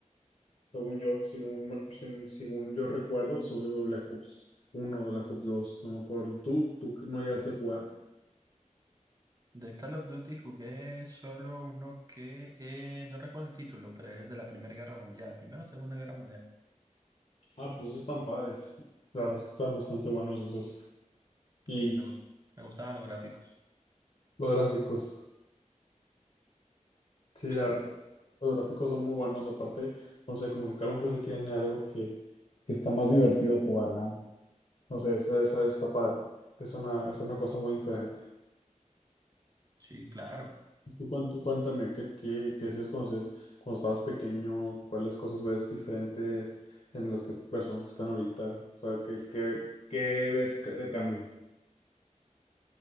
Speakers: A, on the left; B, on the right.
A: según yo, según, me- sin- según yo recuerdo, según yo fue Black Ops 1 o Black Ops 2 no me acuerdo, ¿tú, tú no llegaste a jugar?
B: De Call of Duty jugué solo uno que eh, no recuerdo el título, pero es de la Primera Guerra Mundial. Primera o Segunda Guerra Mundial.
A: Ah, pues están padres. La verdad es que están bastante buenos esos. Y
B: Sí, me gust- me gustaban los gráficos.
A: los gráficos. Sí,
B: Sí,
A: la verdad, los gráficos son muy buenos. Aparte, no sé, como que Call of Duty tiene algo que, que está más divertido jugar, ¿no? No sé, esa, esa está padre. Es una, es una cosa muy diferente.
B: sí, claro.
A: Pues Tú cuént- cuéntame, ¿qué, qué, qué hacías cuando, seas- cuando estabas pequeño? ¿Cuáles cosas ves diferentes en las que, personas que están ahorita? O sea, ¿qué, qué, qué ves ca- de cambio?